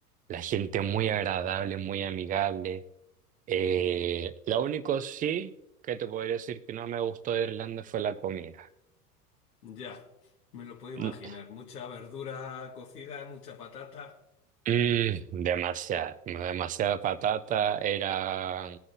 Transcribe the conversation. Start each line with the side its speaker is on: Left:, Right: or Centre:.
Right: la gente muy agradable, muy amigable. Eh, lo único sí que te podría decir que no me gustó de Irlanda fue la comida.
Left: ya, me lo puedo imaginar.
Right: Mm,
Left: Mucha verdura cocida, mucha patata.
Right: mm, demasiada, demasiada patata, era